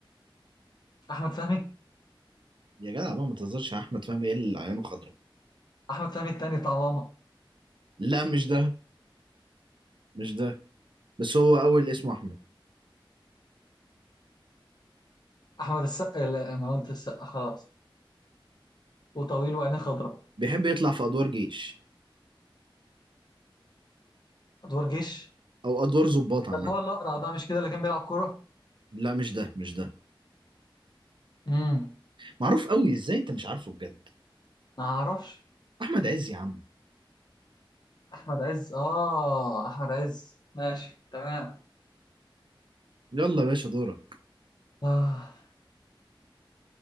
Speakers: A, on the left; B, on the right.
A: احمد فهمي
B: يا جدع بقى ما تهزرش يا احمد فهمي ايه اللي عيونه خضرا
A: احمد فهمي التاني بتاع ماما
B: لا مش ده مش ده بس هو اول اسمه احمد
A: احمد السقا لا انا قلت السقا خلاص وطويل وعينيه خضراء
B: بيحب يطلع في ادوار جيش
A: ادوار جيش
B: او ادوار ضباط عامه
A: ده اللي هو الاقرع ده مش كده اللي كان بيلعب كوره
B: لا مش ده مش ده
A: امم
B: معروف قوي ازاي انت مش عارفه بجد
A: ما اعرفش
B: احمد عز يا عم
A: احمد عز اه احمد عز ماشي تمام
B: يلا يا باشا دورك
A: اه